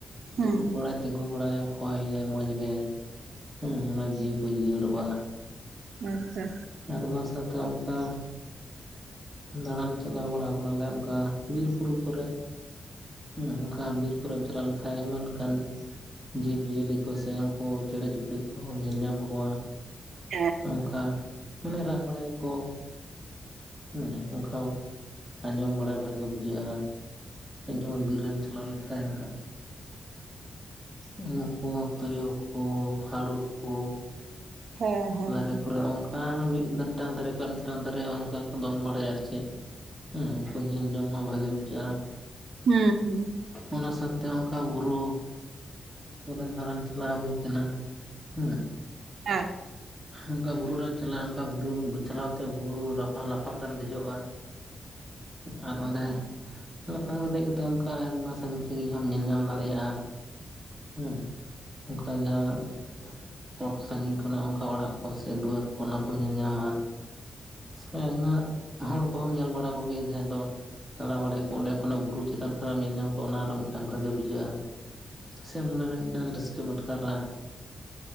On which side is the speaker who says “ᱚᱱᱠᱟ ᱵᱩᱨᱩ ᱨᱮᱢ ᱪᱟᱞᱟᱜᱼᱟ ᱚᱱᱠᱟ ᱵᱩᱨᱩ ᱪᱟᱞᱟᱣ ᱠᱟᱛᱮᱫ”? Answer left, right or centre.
Centre